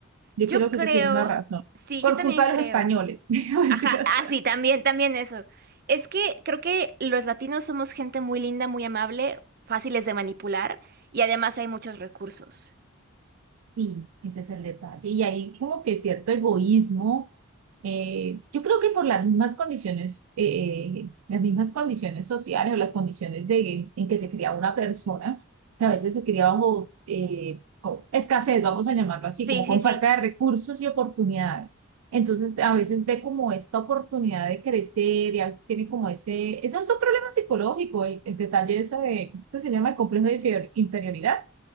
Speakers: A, on the right; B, on the right.
A: Yo
B: Yo
A: creo
B: creo,
A: que eso tiene una razón.
B: sí,
A: Por
B: yo también
A: culpa
B: creo.
A: de los españoles. <laughs> No, Mentira.
B: Ajá, ah, sí, también, también eso. Es que creo que los latinos somos gente muy linda, muy amable, fáciles de manipular y además hay muchos recursos.
A: Sí, ese es el detalle. Y hay como que cierto egoísmo. eh, yo creo que por las mismas condiciones, eh, las mismas condiciones sociales o las condiciones de, en que se cría una persona, que a veces se cría bajo eh, o escasez, vamos a llamarlo así,
B: Sí,
A: como
B: sí,
A: con
B: sí.
A: falta de recursos y oportunidades. Entonces, a veces ve como esta oportunidad de crecer y a veces tiene como ese, ese es un problema psicológico, el, el detalle eso de, ¿cómo es que se llama? El complejo de inferior- inferioridad